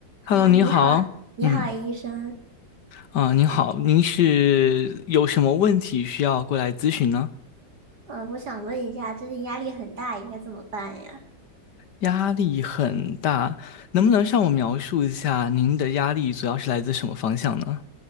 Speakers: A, on the left; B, on the right.
A: Hello，
B: 啊，
A: 您好，
B: 你好，你好，
A: 嗯，
B: 医生。
A: 啊，您好，您是有什么问题需要过来咨询呢？
B: 呃，我想问一下，最近压力很大，应该怎么办呀？
A: 压力很大，能不能向我描述一下您的压力主要是来自什么方向呢？